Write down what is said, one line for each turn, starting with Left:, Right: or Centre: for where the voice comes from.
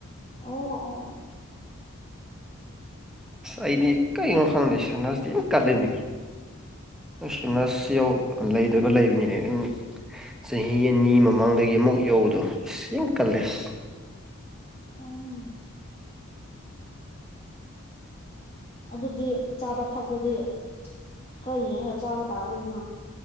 Left: ꯑꯣ ꯑꯣ ꯑꯣ
Centre: ꯑꯩꯗꯤ ꯀꯩ ꯑꯣ ꯈꯪꯗ ꯁ ꯅꯁꯇ ꯀꯂꯅꯦꯀ ꯑꯁ ꯅꯁ ꯂꯩꯗꯨꯒ ꯂꯩꯕꯅꯤꯅꯦ ꯆꯍꯤ ꯑꯅꯤ ꯃꯃꯥꯡꯗꯒꯤ ꯑꯃꯨꯛ ꯌꯧ ꯍ ꯁꯤ ꯀꯂꯦꯁ
Left: ꯎꯝ ꯑꯗꯨꯗꯤ ꯆꯥꯕ ꯊꯛꯄꯗꯤ ꯈꯔ ꯌꯦꯡꯉꯒ ꯆꯥꯕ ꯇꯔꯦꯗꯅ